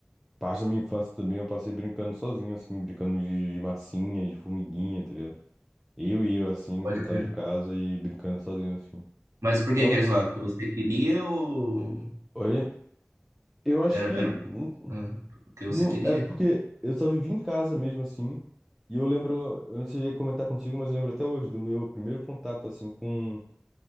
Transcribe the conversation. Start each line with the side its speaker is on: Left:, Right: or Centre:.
Centre: Parte da minha infância também eu passei brincando sozinho, assim, brincando de, de massinha, de formiguinha, tá ligado? Eu e eu, assim, no
Right: pode
Centre: quintal
Right: crer.
Centre: de casa e brincando sozinho, assim.
Right: Mas por que
Centre: An-
Right: que eles lá? Porque você queria ou.
Centre: Olha, eu acho
Right: Era,
Centre: que
Right: era
Centre: n-
Right: ah, o que você
Centre: não,
Right: queria?
Centre: é porque eu só vivi em casa mesmo, assim. E eu lembro, eu não sei se ia comentar contigo, mas eu lembro até hoje do meu primeiro contato, assim, com,